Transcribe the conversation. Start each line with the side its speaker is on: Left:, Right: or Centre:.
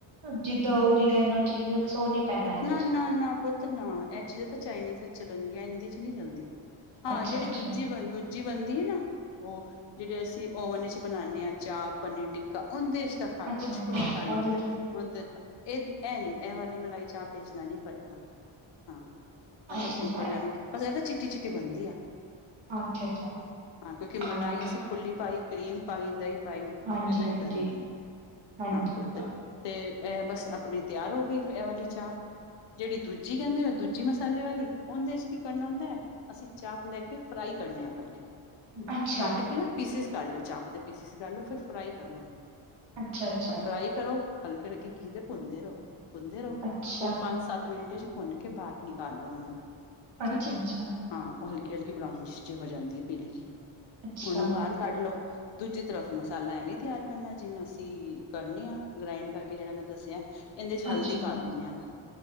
Right: ਜਿੱਦਾਂ ਓਰਗੇਨੋ ਚਿੱਲੀ ਫਲੇਕਸ ਓਹ ਨੀ ਪੈਣਾ ਇਹ ਚ
Left: ਨਾ ਨਾ ਨਾ ਪੁੱਤ ਨਾ ਇਹ ਚੀਜ਼ਾਂ ਤਾਂ ਚਾਈਨੀਜ਼ ਚ ਚੱਲਣਗੀਆਂ ਇਹਦੇ ਚ ਨਹੀਂ ਚੱਲਦੀ ਹਾਂ
Right: ਅੱਛਾ
Left: ਜਿਹੜੀ
Right: ਅੱਛਾ
Left: ਦੂਜੀ ਦੂਜੀ ਜੀ ਬਣਦੀ ਹੈ ਨਾ ਉਹ ਜਿਹੜੇ ਅਸੀਂ ਓਵਨ ਚ ਬਣਾਉਂਦੇ ਹਾਂ ਚਾਪ ਪਨੀਰ ਟਿੱਕਾ ਉਹਦੇ ਚ ਤਾਂ ਹਰ
Right: ਅੱਛਾ
Left: ਕੁਝ- ਕੁਝ ਕਰ ਲੈਂਦਾ।
Right: ਉਹਦੇ ਚ
Left: ਓਹਦੇ ਤਾਂ ਇਹ ਐ ਨੀ ਇਹ ਵਾਲੀ ਮਲਾਈ ਚਾਪ ਵਿਚ ਤਾਂ ਨੀ ਪਏਗਾ ਹਾਂ ਇਹ
Right: ਅੱਛਾ
Left: ਤਾਂ ਸਿੰਪਲ
Right: ਅੱਛਾ
Left: ਹੈ ਵੀ ਇਹ ਤਾਂ ਚਿੱਟੀ- ਚਿੱਟੀ ਬਣਦੀ ਆ।
Right: ਅੱਛਾ- ਅੱਛਾ
Left: ਹਾਂ ਕਿਉਂਕਿ ਮਲਾਈ
Right: ਹਾਂ।
Left: ਅਸੀਂ ਖੁੱਲੀ ਪਾਈ ਕਰੀਮ ਪਾਈ ਦਹੀਂ ਪਾਈ
Right: ਹਾਂਜੀ
Left: ਇਹ ਤਾਂ ਏਦਾਂ
Right: ਹਾਂਜੀ
Left: ਦੀ ਬਣਦੀ
Right: ਹਾਂਜੀ
Left: ਹਾਂ ਪੁੱਤ ਤੇ ਇਹ ਬਸ ਆਪਣੀ ਤਿਆਰ ਹੋ ਗਈ ਇਹ ਵਾਲੀ ਚਾਪ। ਜਿਹੜੀ ਦੂਜੀ ਕਹਿੰਦੇ ਹੋ, ਦੂਜੀ ਮਸਾਲੇ ਵਾਲੀ, ਉਹਦੇ ਚ ਕੀ ਕਰਨਾ ਹੁੰਦਾ ਹੈ, ਅਸੀਂ ਚਾਪ ਲੈ ਕੇ ਫਰਾਈ ਕਰਨੇ ਆ, ਪਹਿਲੇ
Right: ਅੱਛਾ ਅੱਛਾ
Left: ਕੱਟ ਹੇ ਨਾ ਪੀਸਿਸ ਕਰ ਲਓ ਚਾਪ ਦੇ, ਪੀਸਿਸ ਕਰ ਲਓ, ਫਿਰ ਫਰਾਈ ਕਰੋ ੳਹਨੁ,
Right: ਅੱਛਾ ਅੱਛਾ
Left: ਫਰਾਈ ਕਰੋ। ਹਲਕੇ-ਹਲਕੇ ਗੀ ਤੇ, ਭੁੰਨਦੇ ਰਹੋ- ਭੁੰਨਦੇ ਰਹੋ,
Right: ਅੱਛਾ
Left: ਉਹ ਪੰਜ-ਸੱਤ ਮਿੰਟ ਚ ਭੁੰਨ ਕੇ ਬਾਅਰ ਨਿਕਾਲ ਲੋ ਉਹਨੂੰ,
Right: ਅੱਛਾ
Left: ਠੀਕ ਹੈ, ਹਾਂ। ੳਹ ਹਲਕੀ-ਹਲਕੀ ਬਰਾਊਨਿਸ਼ ਜਿ ਹੋ ਜਾਂਦੀ ਏ, ਪੀਲੀ ਜੀ,
Right: ਅੱਛਾ
Left: ਉਹਨੂੰ ਬਾਹਰ ਕੱਢ ਲੋੋ। ਦੂਜੀ ਤਰਫ, ਮਸਾਲਾ ਐਵੇਂ ਤਿਆਰ ਕਰਨਾ ਜਿਵੇਂ ਅਸੀਂ ਕਰਨੇ ਆ, ਗ੍ਰਾਇੰਡ ਕਰਕੇ ਜਿਹੜਾ ਮੈਂ ਦੱਸਿਆ। ਇੰਹਦੇ ਚ ਹਲਦੀ
Right: ਅੱਛਾ
Left: ਪਾ ਦਿੰਨੇ ਹਾਂ ਬਸ,